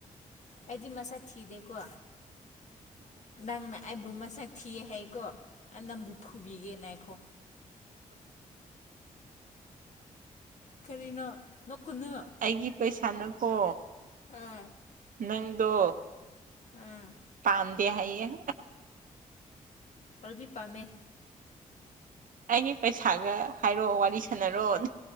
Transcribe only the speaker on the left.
ꯑꯩꯗꯤ ꯃꯁꯥ ꯊꯤꯗꯦꯀꯣ ꯅꯪꯅ ꯑꯩꯕꯨ ꯃꯁꯥꯛ꯫ ꯊꯤ ꯍꯥꯏꯀꯣ ꯅꯝꯕꯨ ꯐꯨꯕꯤꯒꯦꯅ ꯅꯥꯏꯈꯣ꯫ ꯀꯔꯤꯅꯣ ꯅꯣꯛꯀꯅꯨ
ꯑꯥ
ꯑꯥ꯫
ꯑꯩꯗꯤ ꯄꯥꯝꯃꯦ꯫